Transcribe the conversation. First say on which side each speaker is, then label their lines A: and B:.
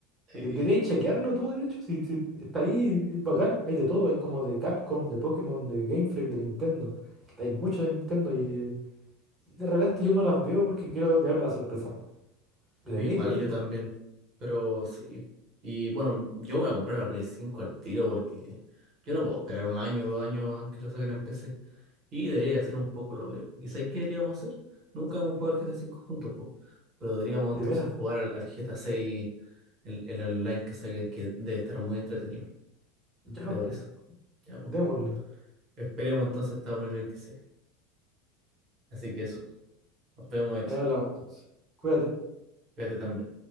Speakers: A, on the right; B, on the right.
A: Sí.
B: De- Deberías chequearlo tú, de hecho, si, si está ahí, es bacán. Hay de todo, hay como de Capcom, de Pokémon, de Game Freak, de Nintendo. Hay mucho de Nintendo y eh, de repente yo no las veo porque quiero llevarme la sorpresa. Debería,
A: Sí, Igual
B: debería,
A: yo
B: po.
A: también, pero sí. Y bueno, yo voy a comprar la Play 5 al tiro porque yo no puedo esperar un año, dos años antes que lo saquen en PC. Y debería hacer un poco lo mismo. ¿Y sabes qué deberíamos hacer? Nunca hemos jugado al GTA 5 juntos, po. Pero deberíamos
B: De
A: entonces
B: veras.
A: jugar al, al GTA 6, el, el online que saquen, que debe estar muy entretenido.
B: Ya,
A: ¿Qué te parece?
B: pues.
A: Ya, pues.
B: Démosle.
A: Esperemos entonces hasta 2026. Así que eso. Nos vemos, Exo.
B: Ahí hablamos entonces. Cuídate.
A: Cuídate también.